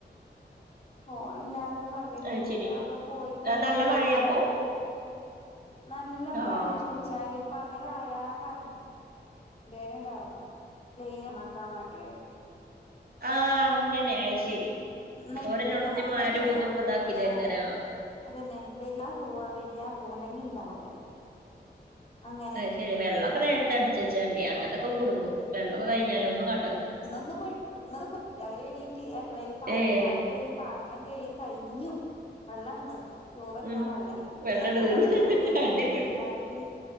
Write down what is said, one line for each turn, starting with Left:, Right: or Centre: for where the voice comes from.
Left: ഫോണില്ലാതെ. പകല്
Right: അത്
Left: കുട്ടികളൊക്കെ
Right: ശരി
Left: പോയി കഴിഞ്ഞാൽ
Right: നല്ല
Left: കഴൂല..
Right: മഴയാപ്പോ
Left: നല്ല മഴന്ന്
Right: ആഹ്
Left: ചോദിച്ചാല് പകലായ കാര്. എന്റൊര് ഇണ്ട ഇറങ്ങു ലൈനി നക്കാൻ വേണ്ടിയണ്ട്.
Right: ആഹ അങ്ങനെഅത് ശരി
Left: നട്ട്
Right: ഓരെല്ലോട്ത്ത്ത്തെ
Left: ആ
Right: മരും
Left: നട്ട്
Right: ഇതൊക്കെ ഇതാക്കിതേക്കാരാ
Left: ആ അതന്നെ വരിയാ പോവാ വരിയാ പോവ അല്ലെങ്കി ഇണ്ടാവൂല അങ്ങനെ
Right: അ ശരി വെള്ളമൊക്കെ നേരത്തെ അടിച്വെച്ചാണ്ടി അങ്ങനത്തെൊക്കെ കുടുങ്ങും വെള്ളമൊക്കെ കിഞ്ഞാല്ഒന്നും ക
Left: ഇന്നൊന്ന് പെട്ടു ഇന്നൊന്ന് പെട്ടു രാവിലെ എണീട്ട് അടുക്കളയിൽപാത്ര
Right: ഏഹ്
Left: ചായ കുടി കഴിഞ് പാത്രം കഴുകി കഴിഞ്ഞു വെള്ളഅട്ട്നിന്നു ചോറ് വക്കാൻ
Right: ഉം
Left: വെള്ളല്ല പിന്നെ
Right: വെള്ളണ്ട്
Left: കിണർ
Right: തീർന്ന്
Left: പോയി മുക്കി
Right: അടിപൊളി
Left: ഉണ്ടാക്കി